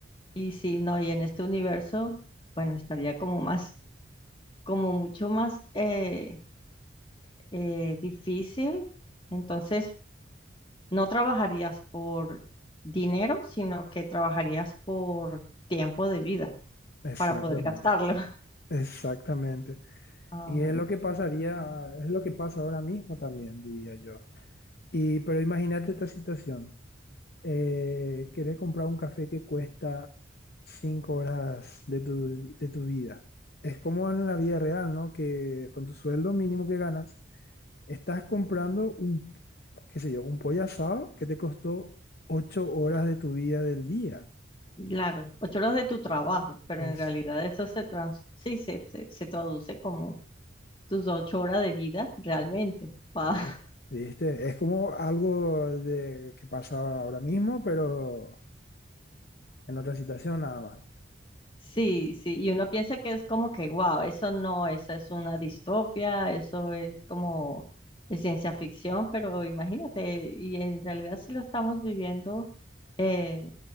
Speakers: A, on the left (about 25°); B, on the left (about 50°).
A: Y si no, y en este universo, bueno, estaría como más, como mucho más eh, eh, difícil. Entonces, no trabajarías por dinero, sino que trabajarías por tiempo de vida
B: exactamente,
A: para poder gastarlo. <laughs>
B: exactamente.
A: Ah,
B: Y es lo que pasaría, es lo que pasa ahora mismo también, diría yo. Y, pero imagínate esta situación. eh, querer comprar un café que cuesta cinco horas de tu, de tu vida. Es como en la vida real, ¿no? Que con tu sueldo mínimo que ganas, estás comprando un, qué sé yo, un pollo asado que te costó ocho horas de tu vida del día.
A: claro, ocho horas de tu trabajo, pero
B: Es,
A: en realidad eso se trans, sí, se, se se traduce como tus ocho horas de vida realmente. Pa-
B: vi- ¿viste? Es como algo de, que pasa ahora mismo, pero en otra situación nada más.
A: Sí, sí, y uno piensa que es como que, wow, eso no, esa es una distopia, eso es como de ciencia ficción, pero imagínate, y en realidad sí lo estamos viviendo eh,